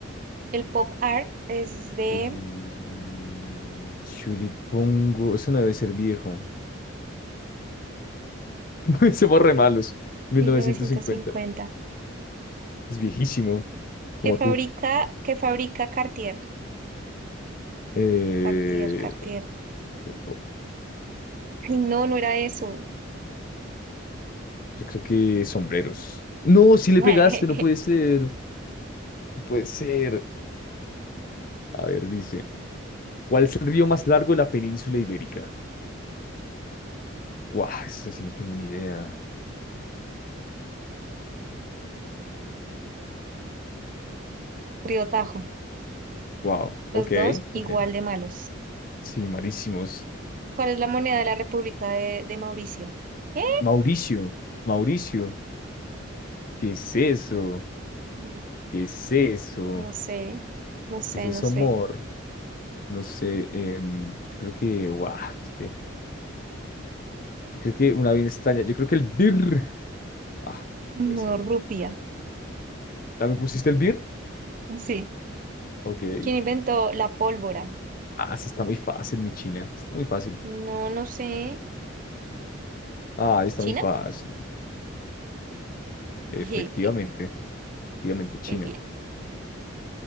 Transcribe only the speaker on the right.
El pop art es de
mil novecientos cincuenta.
¿Qué
fabrica,
qué fabrica Cartier?
Cartier, Cartier.
Ay, no, no era eso.
<laughs>
Riotajo.
Los
dos igual
de malos.
¿Cuál es la moneda de la República de, de Mauricio? ¿Eh?
Rupia. Li-
No sé, no sé,
no sé.
No,
rupia.
Sí.
¿Quién inventó la pólvora?
No, no sé.
¿China?
<laughs>
Jeje,
Muy bien.